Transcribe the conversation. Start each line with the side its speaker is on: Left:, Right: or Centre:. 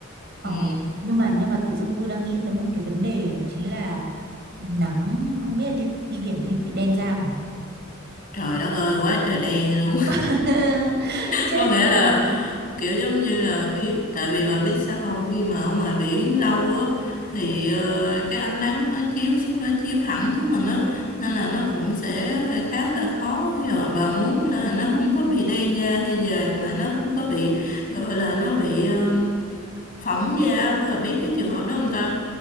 Right: Ờ,
Left: Ừm,
Right: nhưng mà nhưng mà tự dưng tôi đang nghĩ tới một cái vấn đề đó chính là nắng không biết là đi đi biển thì có bị đen da không nhở?
Left: trời đất ơi quá trời đen luôn
Right: <laughs> Chết
Left: có nghĩa
Right: rồi.
Left: là kiểu giống như là khi tại vì bà biết sao không khi mà ở ngoài biển lâu á thì ờ, cái ánh nắng nó chiếu xuống nó chiếu thẳng xuống mình á nên là nó cũng sẽ khá là khó thì rồi bà muốn là nó không có bị đen da hay dề mà nó không có bị gọi là nó bị ờ, phỏng da bà biết cái trường hợp đó không ta